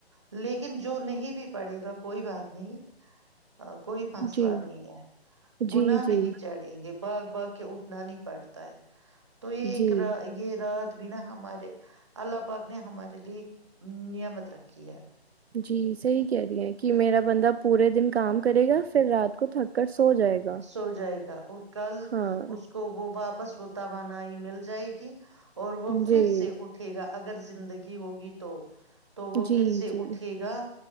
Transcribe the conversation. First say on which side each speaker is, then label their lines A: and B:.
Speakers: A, on the right; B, on the right.
A: لیکن جو نہیں بھی پڑھے گا کوئی بات نہیں آ کوئی مسلہ
B: جی
A: نہیں ہے
B: جی
A: گنا
B: جی
A: نہیں یہ باگ باگ کے اٹھنا نہیں پڑتا ہے تو یہ ایک
B: جی
A: رات یہ رات بھی نا ہمارے اللہ پاک نے ہمارے لیے نعمت رکھی ہے
B: جی صحیح کہہ رہی ہے کہ میرا بندہ پورے دن کام کرے گا پھر رات کو تھک کر سو جائے گا
A: سو جائے گا اور کل
B: ہاں
A: اس کو وہ واپس پس وہ توانائی مل جائے گی اور وہ پھر
B: جی
A: سے اٹھے گا اگر زندگی ہوگی تو تو وہ
B: جی
A: پھر سے
B: جی
A: اٹھے گا